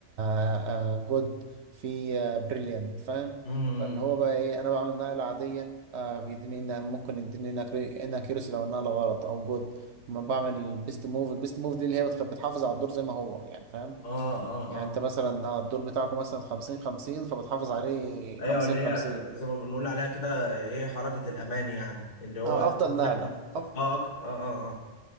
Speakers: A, on the right; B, on the left.
A: آه جود في آه بريليانت فاهم
B: امم
A: فاللي هو بقى ايه انا بعمل نقله عاديه آه بيديني إن ممكن يديني ان اكيورسي لو النقله غلط او جود ما بعمل بيست موف البيست موف دي اللي هي بتخ- بتحافظ على الدور زي ما هو يعني فاهم
B: اه اه
A: يعني
B: اه
A: انت مثلا اه الدور بتاعكم مثلا 50 50 فبتحافظ عليه
B: ايوه
A: 50
B: اللي
A: 50
B: هي زي ما بنقول عليها كده ايه حركه الامان يعني اللي هو
A: اه
B: تقريباً-
A: افضل نقله أف...
B: اه أك- اه اه اه